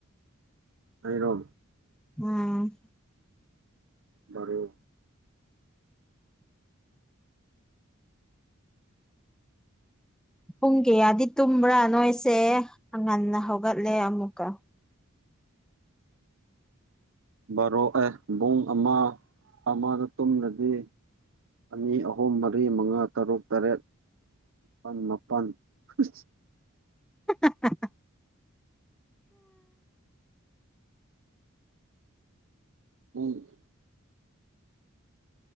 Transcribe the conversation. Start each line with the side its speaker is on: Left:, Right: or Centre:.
Right: ꯑꯩꯔꯣ
Centre: ꯎꯝ
Right: ꯕꯔꯣ
Centre: ꯄꯨꯡ ꯀꯌꯥꯗꯤ ꯇꯨꯝꯕ꯭ꯔꯥ ꯅꯣꯏꯁꯦ ꯉꯟꯅ ꯍꯧꯒꯠꯂꯦ ꯑꯃꯨꯛꯀ
Right: ꯕꯥꯔꯣ ꯑꯦ ꯕꯨꯡ ꯑꯃ ꯑꯃꯗ ꯇꯨꯝꯂꯗꯤ ꯑꯅꯤ ꯑꯍꯨꯝ ꯃꯔꯤ ꯃꯉꯥ ꯇꯔꯨꯛ ꯇꯔꯦꯠ <unintelligible> ꯃꯥꯄꯜ <unintelligible>
Centre: <unintelligible>
Right: ꯎꯉ